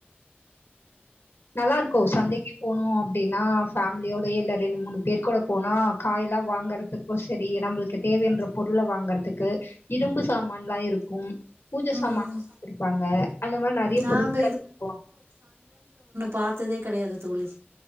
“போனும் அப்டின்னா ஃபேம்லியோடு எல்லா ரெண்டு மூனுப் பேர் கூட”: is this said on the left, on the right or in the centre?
Left